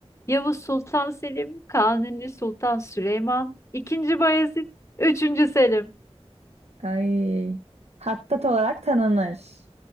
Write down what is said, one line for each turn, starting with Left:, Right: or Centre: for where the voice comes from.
Left: Yavuz Sultan Selim, Kanuni Sultan Süleyman, II. Bayezid, Üçüncü Selim.
Right: Ay. Hattat olarak tanınır.